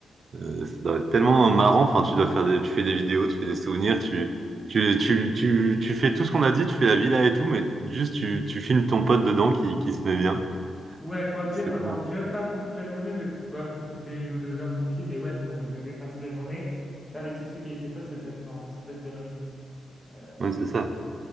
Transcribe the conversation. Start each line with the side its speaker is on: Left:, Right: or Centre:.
Right: Euh, ça doit être tellement marrant. Enfin, tu dois faire des, tu fais des vidéos, tu fais des souvenirs, tu, tu, tu, tu, tu fais tout ce qu'on a dit, tu fais la villa et tout, mais juste tu, tu filmes ton pote dedans qui, qui se met bien.
Centre: Ouais, pour la deuxième,
Right: C'est-
Centre: ouais, enfin, je dirais pas pour toute la journée, mais quand même profiter une ou deux heures tranquille. Mais ouais, pour la deuxième partie de la journée, faire des petits trucs avec ses potes, ça peut être marrant, ça peut être gaulerie. Euh,
Right: Ouais, c'est ça.